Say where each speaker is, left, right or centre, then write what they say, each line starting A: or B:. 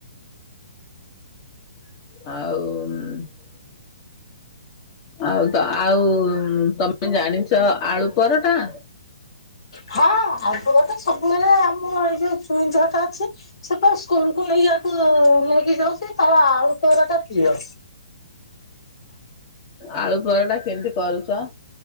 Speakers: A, on the left (about 35°); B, on the left (about 65°).
A: ଆଉ-ଉଁମ୍। ଆଉ, ତ ଆଉ-ଉଁମ୍ ତମେ ଜାଣିଛ ଆଳୁ ପରଟାଁ?
B: ହଁ, ଆଗରୁ ତ ସବୁବେଳେ ଆମ ଏଇ ଯୋଉ, ଚୁଇଁ ଝିଅଟା ଅଛି, ସେ ପା ସ୍କୁଲକୁୁ ନେଇ ତାକୁ-ଉ ନେଇକି ଯାଉଛି। ତାର ଆଳୁ ପରଟା ପ୍ରିୟ।
A: ଆଳୁ ପରଟା କେମିତି କରୁଚ?